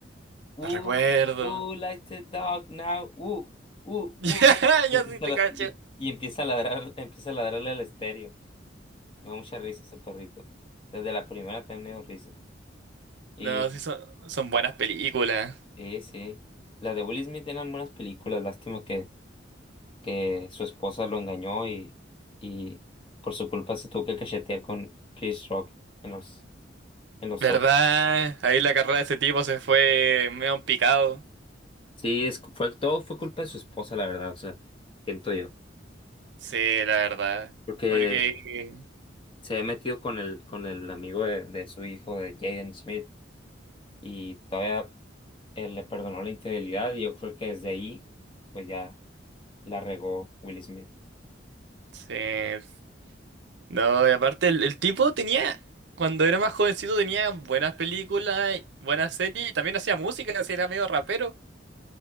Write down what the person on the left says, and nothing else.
Who,
who
likes the dog now? Who, who, who,
who".
Y empieza
a, la-
y, y empieza a ladrar, empieza a ladrarle al estéreo. Me da mucha risa ese perrito. Desde la primera también me dio risa. Y
sí, sí. Las de Will Smith eran buenas películas, lástima que que su esposa lo engañó y, y por su culpa se tuvo que cachetear con Chris Rock en los, en los
Oscars.
Sí, es, fue, todo fue culpa de su esposa, la verdad, o sea, siento yo.
Porque
se ha metido con el, con el amigo de, de su hijo, de Jaden Smith, y todavía él le perdonó la infidelidad y yo creo que desde ahí, pues ya la regó Will Smith.